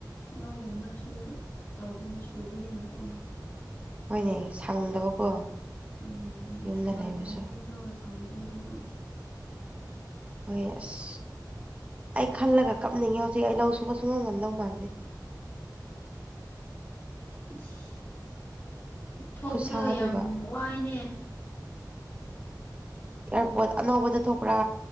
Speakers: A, on the left; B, on the right.
A: ꯂꯥꯎꯒꯨꯝꯕꯁꯨ ꯇꯧꯕꯅꯤ ꯁꯨꯕꯅꯤꯅꯀꯣ
B: ꯍꯣꯏꯅꯦ ꯁꯪꯗꯕꯀꯣ
A: ꯎꯝ
B: ꯌꯨꯝꯗ
A: ꯁꯤꯕꯥ
B: ꯂꯩꯕꯁꯨ
A: ꯇꯧꯅꯤꯗꯣ ꯁꯪꯗꯦ ꯍꯥꯏꯕ
B: ꯍꯣꯏ ꯑꯁ ꯑꯩ ꯈꯜꯂꯒ ꯀꯞꯅꯤꯡꯉꯦ ꯍꯧꯖꯤꯛ ꯑꯩ ꯂꯧ ꯁꯨꯕ ꯁꯨꯡ ꯉꯝ ꯉꯝꯗꯧ ꯃꯥꯟꯗꯦ
A: ꯑꯁ ꯊꯣꯛꯄꯗꯣ
B: ꯈꯨꯠꯁꯥꯗꯨꯒ
A: ꯌꯥꯝ ꯋꯥꯏꯅꯦ
B: ꯑꯦꯌꯥꯔꯄꯣꯔꯠ ꯑꯅꯧꯕꯗ ꯊꯣꯛꯄ꯭ꯔꯥ